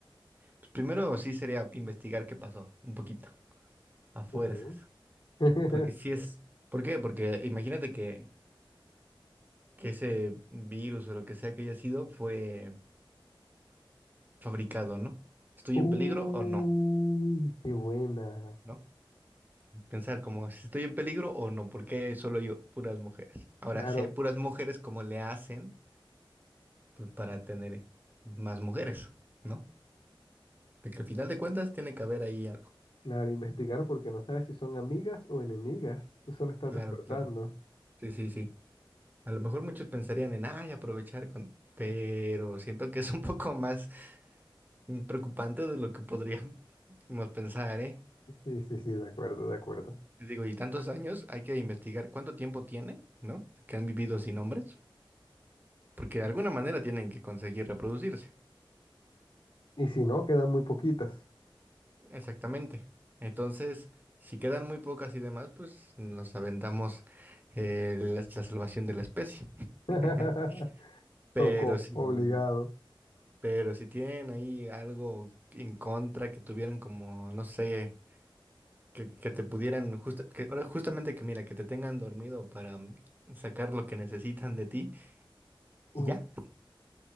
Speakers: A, on the right; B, on the left.
A: pues primero sí sería investigar qué pasó, un poquito, a fuerzas.
B: Ok. <laughs>
A: Porque si es... ¿Por qué? Porque imagínate que, que ese virus o lo que sea que haya sido fue fabricado, ¿no? ¿Estoy
B: Uh,
A: en peligro o no?
B: qué buena.
A: ¿No? Pensar como si estoy en peligro o no, porque solo yo, puras mujeres. Ahora,
B: Claro,
A: si hay puras mujeres, ¿cómo le hacen pues, para tener más mujeres? ¿No? Porque al final de cuentas tiene que haber ahí algo.
B: Claro, investigar porque no sabes si son amigas o enemigas. Tú solo estás
A: Claro,
B: despertando.
A: claro. Sí, sí, sí. A lo mejor muchos pensarían en, ay, aprovechar con... Pero siento que es un poco más mm, preocupante de lo que podríamos pensar, ¿eh?
B: Sí, sí, sí, de acuerdo, de acuerdo.
A: Te Digo, y tantos años, hay que investigar cuánto tiempo tiene, ¿no? Que han vivido sin hombres, porque de alguna manera tienen que conseguir reproducirse.
B: Y si no, quedan muy poquitas.
A: Exactamente. Entonces, si quedan muy pocas y demás, pues nos aventamos eh, la, la salvación de la especie.
B: <laughs>
A: <laughs> Pero
B: Tocó,
A: si,
B: obligado.
A: pero si tienen ahí algo en contra que tuvieran como, no sé, que, que te pudieran, justa- que, ahora justamente que mira, que te tengan dormido para mm, sacar lo que necesitan de ti y
B: Uh,
A: ya.